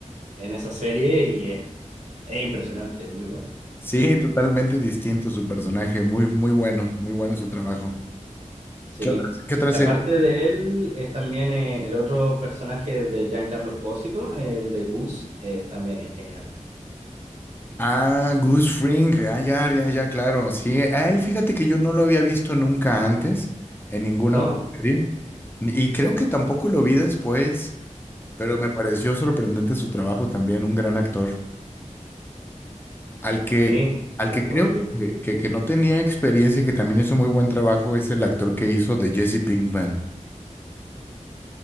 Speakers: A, on the right; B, on the left.
A: en esa serie y es, es impresionante, muy bueno.
B: Sí, totalmente distinto su personaje. Muy, muy bueno, muy bueno su trabajo.
A: Sí.
B: ¿Qué otra, qué otra
A: Y
B: serie?
A: aparte de él, es también eh, el otro personaje, el de Giancarlo Espósito, el de Gus, es, también es genial,
B: Ah, Goose Fring. Ah, ya, ya, ya, claro. Sí, a él fíjate que yo no lo había visto nunca antes en ninguna
A: ¿no?
B: otra serie. ni- Y creo que tampoco lo vi después, pero me pareció sorprendente su trabajo también, un gran actor. Al que,
A: Sí,
B: al
A: él
B: que
A: actúa
B: creo
A: muy bien.
B: que, que, que no tenía experiencia, que también hizo muy buen trabajo, es el actor que hizo de Jesse Pinkman.